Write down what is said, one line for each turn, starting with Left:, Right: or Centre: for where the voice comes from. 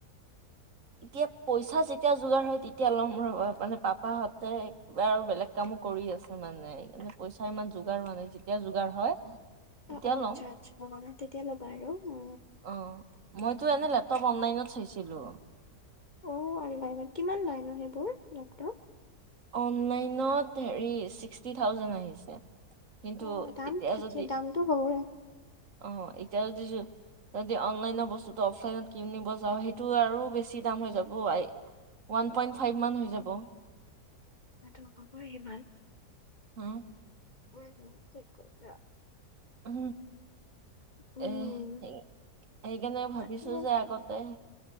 Right: এতিয়া পইচা যেতিয়া যোগাৰ হয় তেতিয়া ল'ম ৰবা মানে পাপাহতে কিবা আৰু বেলেগ কামত কৰি আছে মানে সকাৰে পইচা ইমান যোগাৰ হোৱা নে যেতিয়া যোগাৰ হয় তেতিয়া
Left: অ অ
Right: ল'ম
Left: আচ্ছা আচ্ছা তেতিয়া ল'বা আৰু উ
Right: অ মইতো এনে লেপটপ অনলাইনত চাইছিলো
Left: অ অনলাইন কিমান লাইন সেইবোৰ লেপটপ
Right: অনলাইনত হেৰি ছিক্সটি থাউজেড আহিছে কিন্তু
Left: অ দাম
Right: এতিয়া
Left: থাকে
Right: যদি
Left: দামটো হ'বই
Right: আহ এতিয়া যদি যদি অনলাইনৰ বস্তুতটো অফলাইনত কিনিব যাওঁ সেইটো আৰু বেছি দাম হৈ যাব ওৱান পইণ্ট ফাইভ মান হৈ যাব
Left: তাতো হ'বই সিমান
Right: হা
Left: উম হম ঠিক কৰি য
Right: উ
Left: উম
Right: এ সেইকাৰণে ভাবিছো
Left: তাকে
Right: যে আগতে